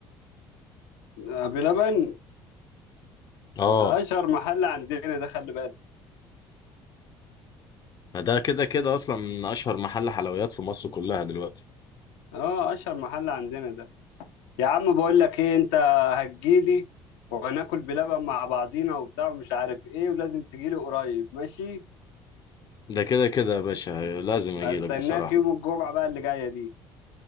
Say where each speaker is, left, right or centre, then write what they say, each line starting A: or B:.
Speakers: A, on the left; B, on the left.
A: أبي لبن
B: اه
A: ده أشهر محل عندنا ده خلي بالك
B: ما ده كده كده اصلا من اشهر محل حلويات في مصر كلها دلوقتي
A: أه أشهر محل عندنا ده يا عم بقول لك إيه أنت هتجيلي وهناكل بلبن مع بعضينا وبتاع ومش عارف إيه ولازم تجيلي قريب ماشي
B: ده كده كده يا باشا لازم اجيلك
A: هستناك
B: بصراحة
A: يوم الجمعة بقى اللي جاية دي